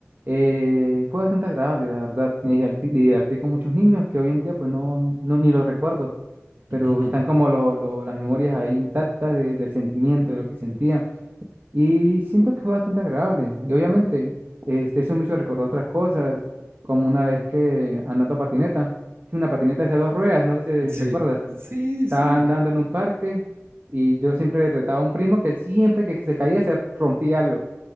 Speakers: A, on the right; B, on the right.
A: eh, fue bastante agradable, la verdad, me divertí, me divertí con muchos niños que hoy en día pues no, no ni los recuerdo,
B: <laughs>
A: pero están como lo- lo- las memorias ahí intactas de- del sentimiento, de lo que sentía. Y siento que fue bastante agradable. Y obviamente, este, eso me hizo recordar otras cosas, como una vez que andando patineta, sí, una patineta de dos ruedas, no sé si
B: Sí,
A: recuerdas,
B: sí,
A: estaba
B: sí.
A: andando en un parque y yo siempre retaba a un primo que él siempre que se caía se rompía algo.